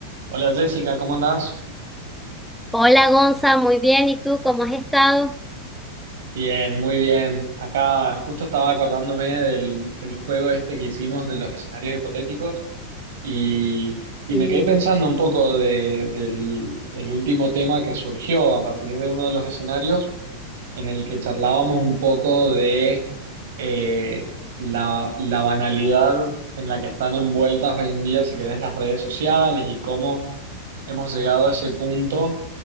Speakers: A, on the right; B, in the centre.
A: Hola Jessica, ¿cómo andás?
B: Hola Gonza, muy bien. ¿Y tú cómo has estado?
A: Bien, muy bien. Acá justo estaba acordándome del, del juego este que hicimos de los escenarios hipotéticos y, y
B: Sí,
A: me quedé pensando un poco de- del el último tema que surgió a partir de uno de los escenarios en el que charlábamos un poco de eh, la, la banalidad en la que están envueltas hoy en día, si querés, las redes sociales y cómo hemos llegado a ese punto